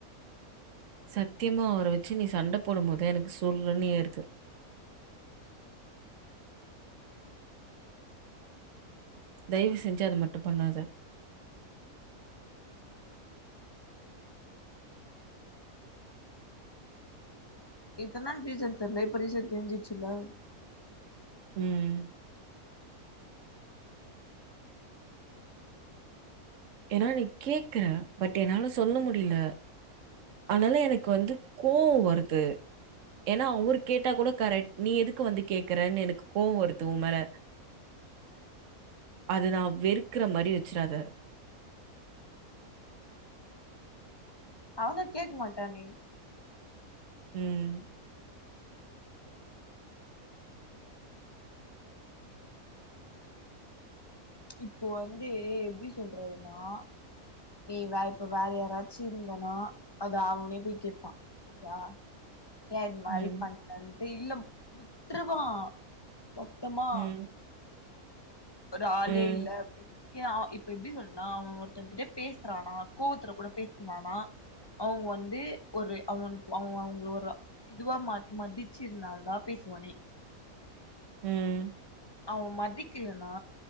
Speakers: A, on the right; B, on the left.
A: சத்தியமா அவுர வச்சு நீ சண்ட போடும் போது எனக்கு சுர்ன்னு ஏருது தய்வு செஞ்சு அத மட்டு பண்ணாத
B: அ இத்தன் நாள் ரீசன் தெர்ல இப்ப ரீசன் தெஞ்சிச்சுல்ல
A: ம் ஏனா நீ கேக்குற பட் என்னால சொல்ல முடில அதனால எனக்கு வந்து கோவோ வருது ஏனா அவ்ரு கேட்டா கூட கரெக்ட் நீ எதுக்கு வந்து கேக்குறன்னு எனக்கு கோவ் வருது உமேல அத நா வெறுக்குற மாரி வச்சிராத
B: அவந்தா கேக் மாட்டானே
A: ம்
B: இப்போ வந்து எப்டி சொல்றதுன்னா நீ வே இப்ப வேற யாராச்சு இர்ந்தனா அது அவ்னே போய் கேப்பா செரியா ஏ இந்மாரி
A: ம்,
B: பண்றன்ட்டு இல்ல விட்ருவா மொத்தமா
A: ம்,
B: ஒரு ஆளே
A: ம்,
B: இல்ல அப்டின்னு ஏ அவ இப்ப எப்டி சொன்னா அவ ஒருத்த கிட்ட பேசுறானா கோவத்துல கூட பேசுறானா அவுங்க வந்து ஒரு அவ்னுக்கு அவ அவுங்கள ஒரு அ இதுவா ம மதிச்சித்னால தா பேசுவானே
A: ம்
B: அவ மதிக்கலன்னா